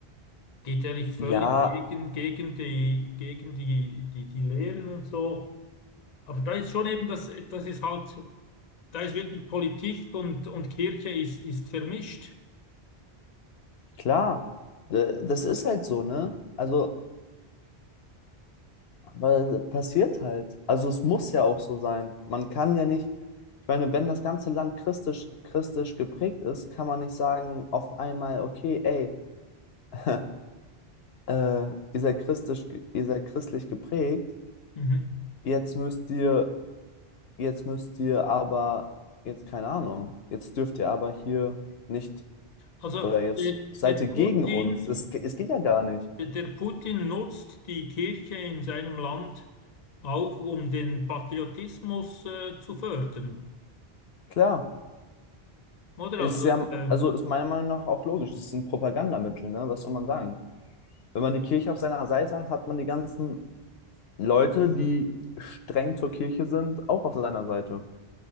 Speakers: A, on the left; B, on the left.
A: geht eigentlich völlig
B: Ja,
A: gegen, gegen die, gegen die, die, die Lehren und so. Aber da ist schon eben das, das ist halt. Da ist wirklich Politik und, und Kirche ist, ist vermischt.
B: klar, D- das ist halt so, ne? Also, weil passiert halt. Also, es muss ja auch so sein. Man kann ja nicht, ich meine, wenn das ganze Land christlich, christlich geprägt ist, kann man nicht sagen, auf einmal, okay, ey, <laughs> äh, ihr seid christlich, ge- ihr seid christlich geprägt,
A: Mhm.
B: jetzt müsst ihr, jetzt müsst ihr aber, jetzt keine Ahnung, jetzt dürft ihr aber hier nicht
A: Also
B: Oder jetzt
A: der,
B: seid
A: der
B: ihr gegen
A: Putin,
B: uns. Es, es geht ja gar nicht.
A: der, der Putin nutzt die Kirche in seinem Land auch, um den Patriotismus äh, zu fördern.
B: Klar.
A: Oder?
B: Ist
A: Also,
B: ja,
A: äh,
B: also ist meiner Meinung nach auch logisch. Es ist ein Propagandamittel, ne? Was soll man sagen? Wenn man die Kirche auf seiner Seite hat, hat man die ganzen Leute, die streng zur Kirche sind, auch auf seiner Seite.